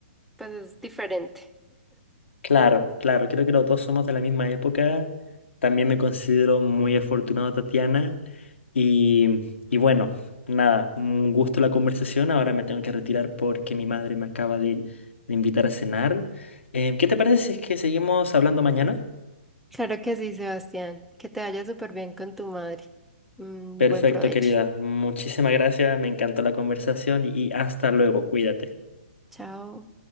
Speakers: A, in the centre; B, on the left.
A: pues es diferente.
B: Claro, claro, creo que los dos somos de la misma época. También me considero muy afortunado, Tatiana. Y, y bueno, nada, un gusto la conversación. Ahora me tengo que retirar porque mi madre me acaba de, de invitar a cenar. Eh, ¿qué te parece si es que seguimos hablando mañana?
A: Claro que sí, Sebastián. Que te vaya súper bien con tu madre. Mm,
B: Perfecto,
A: buen provecho.
B: querida. Muchísimas gracias. Me encantó la conversación y hasta luego. Cuídate.
A: Chao.